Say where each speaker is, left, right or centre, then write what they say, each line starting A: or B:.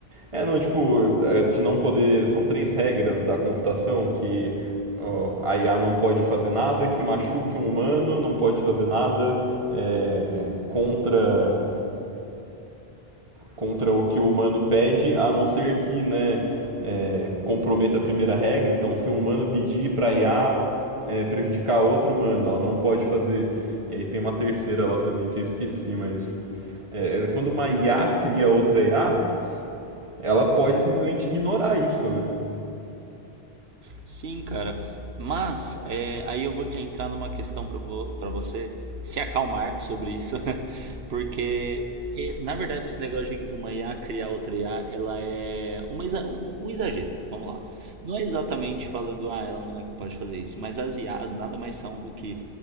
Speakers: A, on the right; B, on the right.
A: É, não, tipo, é, de não poder. São três regras da computação que ó, a IA não pode fazer nada que machuque um humano, não pode fazer nada é, contra contra o que o humano pede, a não ser que, né, é, comprometa a primeira regra. Então, se um humano pedir para
B: Sim.
A: IA é, prejudicar outro humano, ela não pode fazer. E aí tem uma terceira lá também que eu esqueci, mas é, quando uma IA cria outra IA, ela pode simplesmente ignorar isso, né?
B: Sim, cara. Mas é, aí eu vou te entrar numa questão para vo pra você se acalmar sobre isso, <laughs> porque é, na verdade esse negócio de uma IA criar outra IA, ela é uma exa- um, um exagero. Vamos lá. Não é exatamente falando, ah, ela não é capaz de fazer isso, mas as IAs nada mais são do que